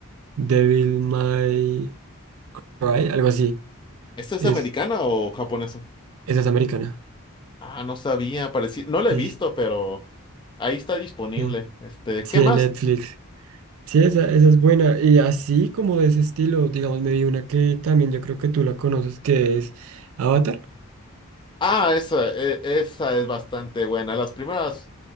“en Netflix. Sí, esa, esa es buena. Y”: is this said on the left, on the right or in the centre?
Right